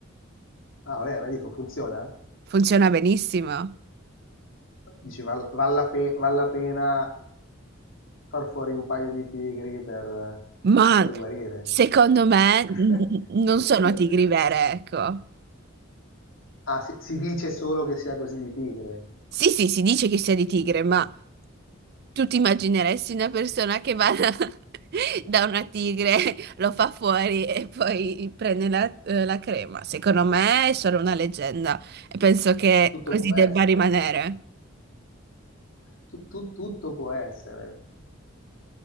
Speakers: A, on the left; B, on the right.
A: Ah vabbè, ma dico funziona?
B: Funziona benissimo.
A: Dici val val la pe val la pena far fuori un paio di tigri per
B: Ma
A: per guarire?
B: secondo me n-
A: <laughs>
B: non sono tigri vere, ecco.
A: Ah, si si dice solo che sia così di tigre.
B: Sì, sì, si dice che sia di tigre, ma Tu ti immagineresti una persona che va da, <laughs> da una tigre, lo fa fuori e poi prende la, eh, la crema? Secondo me è solo una leggenda e penso che
A: Tutto
B: così
A: può
B: debba
A: essere.
B: rimanere.
A: Tu- tu- tutto può essere.